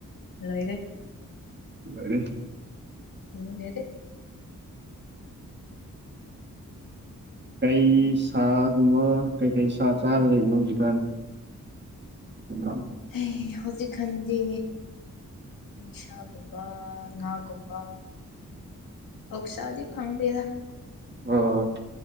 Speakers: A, on the left (about 80°); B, on the right (about 30°).
A: ꯂꯣꯏꯔꯦ
B: <unintelligible>
A: ꯎꯝ ꯌꯥꯔꯦ
B: ꯀꯩ ꯁꯥꯒꯨꯝꯕ ꯀꯩ ꯀꯩ ꯁꯥ ꯆꯥꯔ ꯂꯩꯕꯅꯣ ꯍꯧꯖꯤꯛꯀꯥꯟ <unintelligible>
A: ꯍꯦ ꯍꯧꯖꯤꯛꯈꯟꯗꯤ ꯁꯥꯒꯨꯝꯕ ꯉꯥꯒꯨꯝꯕ ꯑꯣꯛꯁꯥꯗꯤ ꯐꯪꯗꯦꯗ
B: ꯑꯣ